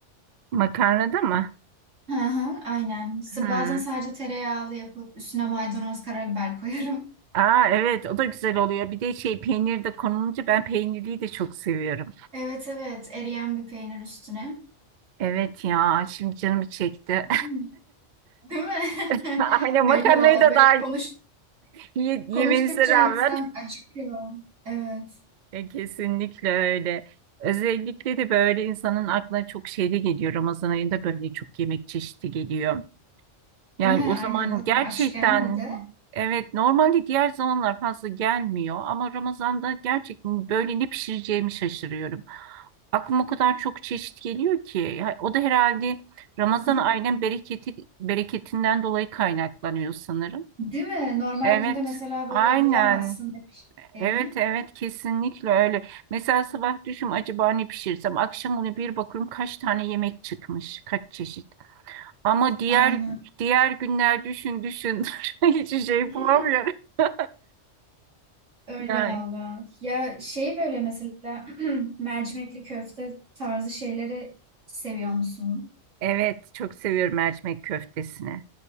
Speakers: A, on the right; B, on the right.
A: Makarnada mı?
B: Hı hı, aynen. S-
A: Hmm.
B: Bazen sadece tereyağlı yapıp üstüne maydanoz karabiber koyarım. <laughs>
A: Aa evet o da güzel oluyor. Bir de şey peynir de konulunca ben peynirliyi de çok seviyorum.
B: Evet evet eriyen bir peynir üstüne.
A: Evet ya şimdi canım çekti.
B: Hmm, Değil mi?
A: <laughs>
B: <laughs>
A: Aynen
B: Benim
A: makarnayı
B: de valla
A: da
B: böyle
A: daha
B: konuş,
A: ye- yememize
B: konuştukça
A: rağmen.
B: insan acıkıyor. Evet.
A: E, kesinlikle öyle. Özellikle de böyle insanın aklına çok şey de geliyor. Ramazan ayında böyle çok yemek çeşidi geliyor. Yani
B: Değil mi?
A: o
B: Aynen
A: zaman
B: zaten
A: gerçekten
B: açken bir de.
A: evet normalde diğer zamanlar fazla gelmiyor ama Ramazan'da gerçekten böyle ne pişireceğimi şaşırıyorum. Aklıma o kadar çok çeşit geliyor ki. Ya, O da herhalde Ramazan
B: Hı.
A: ayının bereketi, bereketinden dolayı kaynaklanıyor sanırım.
B: Değil mi? Normal
A: Evet,
B: günde mesela böyle
A: aynen.
B: bulamazsın ne pişirdiğini.
A: Evet evet kesinlikle öyle. Mesela sabah düşün acaba ne pişirsem akşam onu bir bakıyorum kaç tane yemek çıkmış kaç çeşit. Ama diğer
B: Aynen.
A: diğer günler düşün düşün <laughs> hiç şey
B: <laughs>
A: bulamıyorum. <laughs>
B: Öyle
A: Yani
B: valla. Ya şey böyle mesela <clears throat> mercimekli köfte tarzı şeyleri seviyor musun?
A: evet çok seviyorum mercimek köftesini.